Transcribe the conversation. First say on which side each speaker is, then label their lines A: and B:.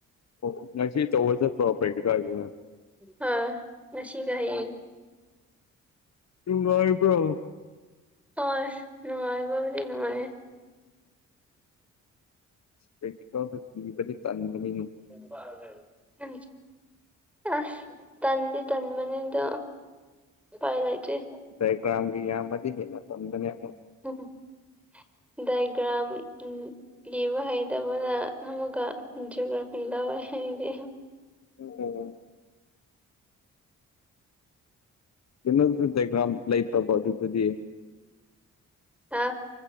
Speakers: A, on the left; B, in the centre.
A: ꯑꯣ ꯑꯣ ꯉꯁꯤ ꯆꯧꯕ ꯆꯞꯄꯔꯣ ꯄꯩꯟꯇꯦ ꯀꯥꯏꯗꯨꯅ
B: ꯍ ꯉꯁꯤꯒꯍ ꯍꯌꯦꯡ
A: ꯇꯨꯝꯂꯣꯏꯕ꯭ꯔꯣ
B: ꯑꯣꯏ ꯅꯨꯡꯉꯥꯏꯕ ꯕꯨꯗꯤ ꯅꯨꯡꯉꯥꯏꯌꯦ
A: ꯄꯦꯟꯇꯤꯀꯜꯕ ꯄꯤꯕꯗꯤ ꯇꯟꯕꯅꯤꯅꯦ
B: ꯊꯣꯡꯕꯥꯜꯂ ꯂꯩꯍꯜ ꯑꯝ ꯑ ꯇꯟꯗꯤ ꯇꯟꯕꯅꯦꯗ ꯄꯥꯏ ꯂꯩꯥꯇ꯭ꯔꯤ
A: ꯗꯥꯏꯒ꯭ꯔꯥꯝꯒ ꯌꯥꯝꯃꯗꯤ ꯍꯦꯅ ꯄꯝꯕꯅꯦ ꯑꯃꯛ
B: ꯍꯝ ꯍꯝ ꯗꯥꯏꯒ꯭ꯔꯝ ꯑꯝ ꯂꯤꯕ ꯍꯩꯇꯕꯅ ꯑꯃꯨꯒ ꯖꯤꯑꯣꯒ꯭ꯔꯥꯐꯤ ꯂꯧꯋꯦ ꯍꯌꯦꯡꯗꯤ
A: ꯑꯣ ꯑꯣ ꯑꯣ ꯀꯦꯟꯗꯜꯖꯨ ꯗꯀ꯭ꯔꯥꯝ ꯂꯩꯇꯕ ꯑꯗꯨꯗꯨꯗꯤ
B: ꯍꯥꯥ